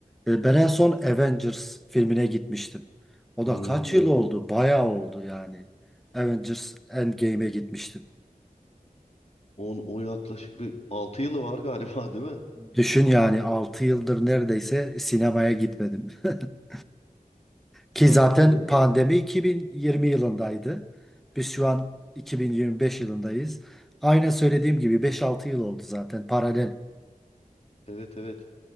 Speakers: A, in the centre; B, on the left.
A: Ee, ben en son Avengers filmine gitmiştim. O
B: Hmm.
A: da kaç yıl oldu? Bayağı oldu yani. Avengers Endgame'e gitmiştim.
B: On, o yaklaşık bir 6 yılı var galiba değil mi?
A: Düşün yani 6 yıldır neredeyse sinemaya gitmedim. <laughs> Ki
B: Ya
A: zaten
B: öyle.
A: pandemi 2020 yılındaydı. Biz şu an 2025 yılındayız. Aynen söylediğim gibi 5-6 yıl oldu zaten paralel.
B: Evet evet.